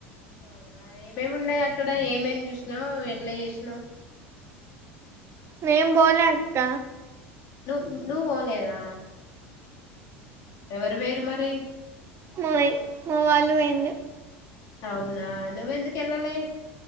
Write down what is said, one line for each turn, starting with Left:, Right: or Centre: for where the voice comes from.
Left: అవునా ఏమేమి ఉన్నాయా ఇక్కడ ఏమేమి చూసినా ఎట్లా చేసినా
Right: నేను పోలే అక్క
Left: నువ్ నువ్వు పోలేదా ఎవరు పోయిర్రు మరి
Right: మూవీ మువ్వల నువ్వెందు
Left: అవునా నువ్వ ఎందుకు ఎల్లలే